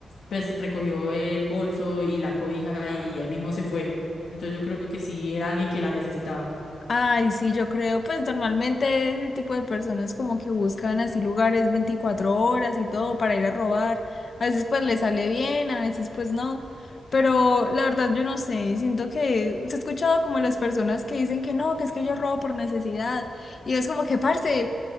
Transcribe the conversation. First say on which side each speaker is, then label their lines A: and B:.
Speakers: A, on the left; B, on the left.
A: pues recogió el bolso y la cobija y ahí mismo se fue. Entonces yo creo que sí era alguien que la necesitaba.
B: Ay, sí, yo creo, pues normalmente ese tipo de personas como que buscan así lugares 24 horas y todo para ir a robar. A veces pues le sale bien, a veces pues no. Pero la verdad yo no sé, siento que se ha escuchado como las personas que dicen que no, que es que yo robo por necesidad. Y es como que, parce,